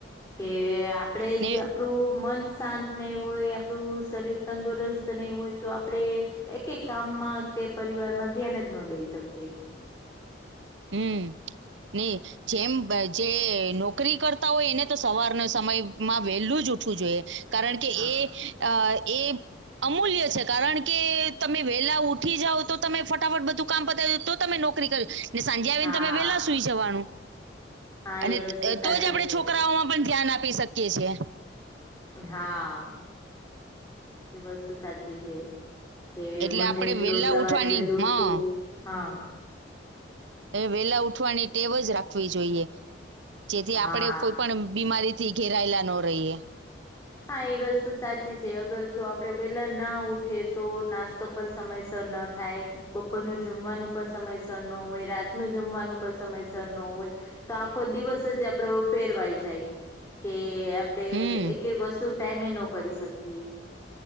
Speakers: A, on the left; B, on the right.
A: કે આપડે
B: ને
A: જ આપણું મન શાંત ને હોય આપણું શરીર તંદુરસ્ત નઇ હોય તો આપડે એક એક કામમાં કે પરિવારમાં ધ્યાન જ નો દઈ શકીએ.
B: હું ની જેમ જે નોકરી કરતા હોય એને તો સવારના સમયમાં વેલું જ ઉઠવું જોઈએ. કારણ કે
A: હા
B: એ અ એ અમૂલ્ય છે કારણ કે તમે વેલા ઉઠી જાવ તો તમે ફટાફટ બધું કામ પતાવે તો તમે નોકરી કરે સાંજે આવીને
A: હા
B: તમે વેલા સુઈ જવાનું
A: હા
B: અને
A: એ વસ્તુ સાચી
B: તો જ આપડે
A: છે
B: છોકરાઓમાં પણ ધ્યાન આપી શકીએ છીએ.
A: હા એ વસ્તુ સાચી છે. કે
B: એટલે
A: બને
B: આપણે
A: એટલું
B: વેલા
A: સવારે
B: ઉઠવાની
A: વેલું ઉઠવું
B: હા
A: હા
B: એ વેલા ઉઠવાની ટેવ જ રાખવી જોઈએ જેથી
A: હા
B: આપડે કોઈ પણ બીમારી થી ઘેરાયલા નો રઈએ.
A: હા એ વસ્તુ સાચી છે અગર જો આપડે વેલા ના ઉઠીએ તો નાસ્તો પ સમયસર ન થાય. બપોરનું જમવાનું પણ સમયસર ન હોય રાત નું જમવાનું પણ સમયસર ન હોય. તો આખો દિવસ જ આપડો ફેરવાઈ જાય કે આપડે
B: હમ
A: એકે વસ્તુ ટાઈમે નો કરી શકીએ.